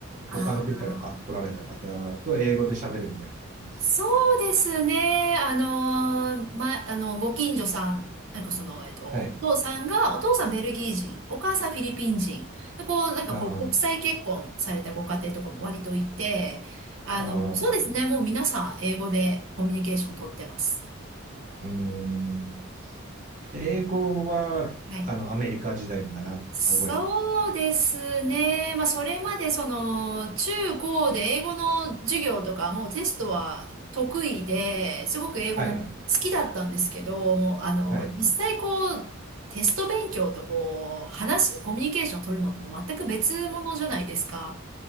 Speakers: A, on the right (about 75°); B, on the right (about 40°).
A: ああ。
B: 他の国からか来られた方と英語で喋るみたいな感じです
A: そうですね。あの、ま、あの、ご近所さん、なんかその、えっと、
B: かはい。
A: お父さんが、お父さんベルギー人、お母さんフィリピン人、でこう、なんかこう、
B: あー
A: 国際結婚されたご家庭とかも割といて、あの、
B: あー、
A: そうですね。もう皆さん、英語でコミュニケーション取ってます。
B: うーん。英語は、
A: はい
B: あの、アメリカ時代に習っ覚えたんで。
A: そうですね。まあ、それまでその、中高で英語の授業とか、もうテストは得意で、すごく英語も好きだったんですけど、
B: はいはい。
A: もう、あの、
B: はい。
A: 実際こう、テスト勉強とこう、話す、コミュニケーションを取るのってもう全く別物じゃないですか。